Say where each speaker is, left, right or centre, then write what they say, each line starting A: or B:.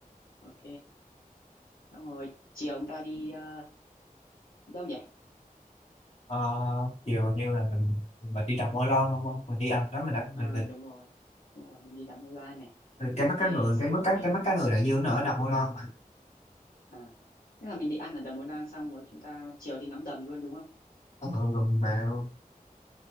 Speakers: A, on the left; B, on the left.
A: Ok, xong rồi chiều chúng ta đi ờ, đi đâu nhỉ?
B: Ờ, kiểu như là mình mình đi đầm Ô Loan không không mình đi ăn đó mình đã
A: Ờ,
B: mình định
A: đúng rồi, đúng rồi mình đi đắm môi Loan này.
B: rồi cái
A: Ok,
B: mắt cá ngừ
A: xong
B: cái mức
A: rồi
B: cá
A: này
B: cái mắt cá ngừ đại dương nó ở đầm Ô Loan mà
A: À, tức là mình định ăn ở đầm Ô Lan xong rồi chúng ta chiều đi ngắm đầm luôn đúng không?
B: ừ, rồi mình vào